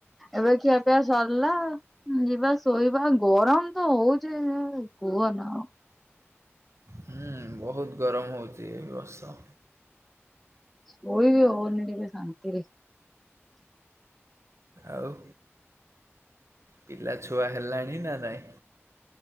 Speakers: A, in the centre; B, on the right.
A: ଏବେ ଖିଆ ପା ସରିଲା ଯିବା ଶୋଇବା ଗରମ ତ ହଉଚେ ଆଉ କୁହନ ଆଉ।
B: ହଁ ବହୁତ ଗରମ ହେଉଛି ଏ ବର୍ଷ।
A: ସୋଇ ବି ହଉନି ଟିକେ ଶାନ୍ତିରେ।
B: ଆଉ ପିଲା ଛୁଆ ହେଲାଣି ନା ନାଇଁ?